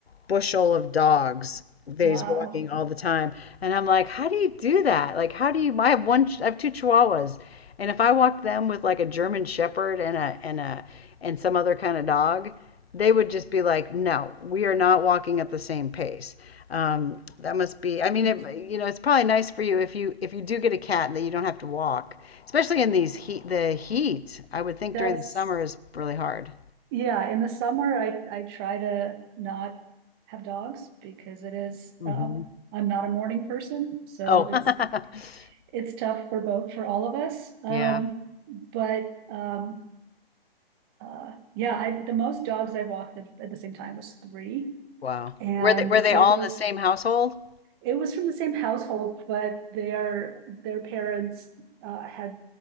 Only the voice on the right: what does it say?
wow.
It's,
that's,
yeah, in the summer, I, I try to not have dogs because it is,
um, I'm not a morning person, so
it's,
it's tough for both, for all of us. Um,
but, um, uh, yeah, I, the most dogs I walked at, at the same time was three.
And
it
was
it was from the same household, but their their parents uh, had